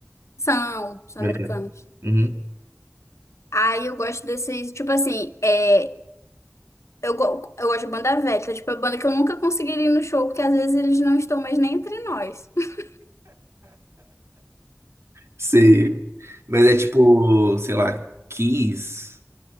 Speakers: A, on the left; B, on the right.
A: São, são
B: Americanos.
A: americanos.
B: Uhum.
A: Aí eu gosto desses, tipo assim, é. Eu, go- eu gosto de banda velha, que é tipo, a banda que eu nunca conseguiria ir no show, porque às vezes eles não estão mais nem entre nós. <laughs>
B: Sei. Mas é tipo, sei lá, Kiss?